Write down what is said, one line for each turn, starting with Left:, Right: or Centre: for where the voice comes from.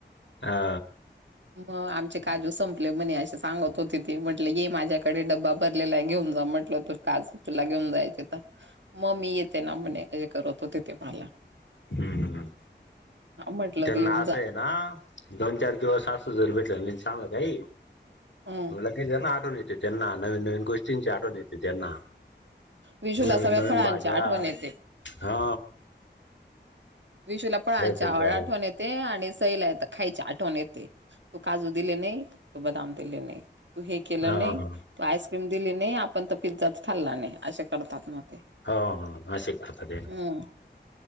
Left: हा
Right: मग आमचे काजू संप आपले म्हणे असे सांगत होते ते म्हटले ग माझ्याकडे ड्बा भरलेला आहे घेऊन जा म्हटलं तो काज तुला घेऊन जायचे तर मग मी येते ना म्हणेे करत होते ते मला
Left: हम्म हम
Right: म्हटलं
Left: त्या
Right: तू
Left: ना
Right: येऊन
Left: अस
Right: जा
Left: आहे ना दोन चार दिवस असं जरी भेटला चांगलं काहीला
Right: हम्म
Left: आणि जना आठवून येते त्यांना नवीन नवीन गोष्टींची आठवण येते त्यांना
Right: विशूला
Left: नवीन
Right: सगळ्या
Left: नवीन
Right: फळांची
Left: बाज्या
Right: आठवण येते
Left: हा
Right: विशू ला पण आच्या
Left: त्यांच्यावालं.
Right: आवड आठवण यत ते आणि सैला य तर खायची आठवण येते तू काजू दिले नाही तू बदाम दिले नाही तू हे केलं
Left: हां,
Right: नाही
Left: हां.
Right: तू आईस्क्रीम दिली नाही आपण तर पिझ्झाच खाल्ला नाही असे करतात नाग ते
Left: होा हा शिक पतते
Right: हम्म.